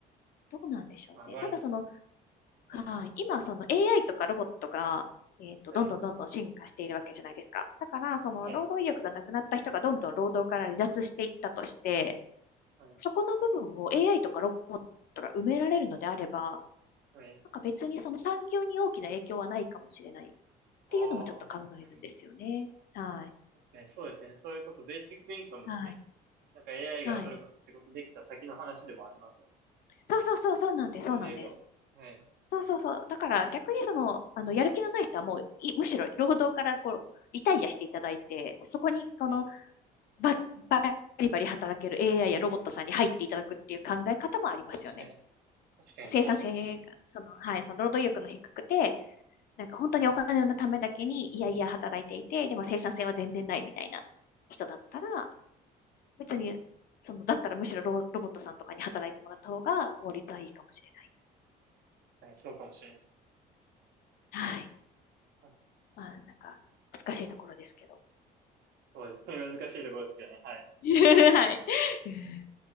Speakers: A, on the left (about 65°); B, on the right (about 70°).
A: どうなんでしょうね。
B: まあ、あんまり、
A: ただその、はい。
B: はい。
A: 今、その AI とかロボットが、えっと、
B: はい。
A: どんどんどんどん進化しているわけじゃないですか。だから、その労働意欲がなくなった人がどんどん労働から離脱していったとして、
B: はい。はい。
A: そこの部分を AI とかロボットが埋められるのであれば、
B: はい。
A: なんか別にその産業に大きな影響はないかもしれないっていうのもちょっと考えるんですよね。
B: ああ、確かに。
A: はい。
B: 確かにそうですね。それこそベーシックインカムって、
A: はい。
B: なんか AI
A: はい。
B: がそれこそ仕事できた先の話でもありますもん。
A: そうそうそう、そうなんです、
B: それで言うと。
A: そうなんです。
B: はい。
A: そうそうそう。だから逆にその、あの、やる気のない人はもうい、むしろ労働からこう、リタイアしていただいて、そこに、この
B: はい。
A: バリバリ働ける AI やロボットさんに入っていただくっていう考え方もありますよね。
B: はい。はいはい確かにそうですね。
A: 生産性が、その、はい、その労働意欲の低くて、なんか本当にお金のためだけにいやいや働いていて、
B: はい。
A: でも生産性は全然ないみたいな人だったら、
B: はい。
A: 別に、
B: はい
A: その、だったらむしろロロボットさんとかに働いてもらった方が効率はいいかもしれない。
B: 確かにそうかもしれないで
A: はい。
B: す。はい
A: まあ、なんか、難しいところですけど。
B: そうですね。<laughs> 難しいところですけどね。はい。
A: <laughs> はい。<laughs>